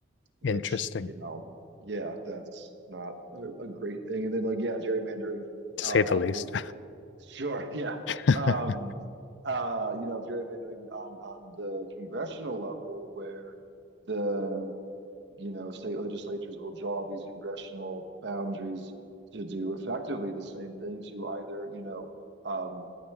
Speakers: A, on the right; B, on the left.
A: which
B: Interesting,
A: you know, yeah, that's not a, a great thing. And then like, yeah, gerrymandering
B: to
A: uh,
B: say the
A: out
B: least.
A: the sure, <laughs> yeah,
B: <laughs>
A: um, uh, you know, gerrymandering on on the congressional level where the you know state legislatures will draw these congressional boundaries to do effectively the same thing to either you know um,